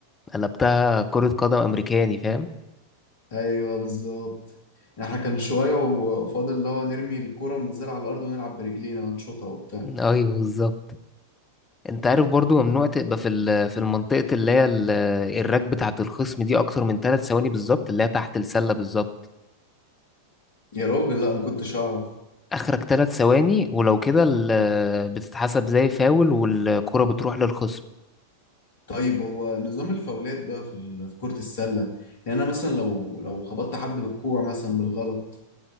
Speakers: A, on the left; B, on the left.
A: قلبتها كرة قدم امريكاني فاهم
B: ايوه بالظبط يعني احنا كان شوية و- وفاضل اللي هو نرمي الكرة وننزلها على الارض ونلعب برجلينا ونشوطها وبتاع
A: ايوه بالظبط انت عارف برضو ممنوع تبقى في ال- في المنطقة اللي هي ال- الراك بتاعة الخصم دي اكتر من ثلاث ثواني بالظبط اللي هي تحت السلة بالظبط
B: يا راجل لا ما كنتش اعرف
A: اخرك ثلاث ثواني ولو كده ال- بتتحسب زي فاول والكرة بتروح للخصم
B: طيب هو نظام الفاولات بقى في ال- في كرة السلة يعني أنا مثلا لو لو خبطت حد بالكوع مثلا بالغلط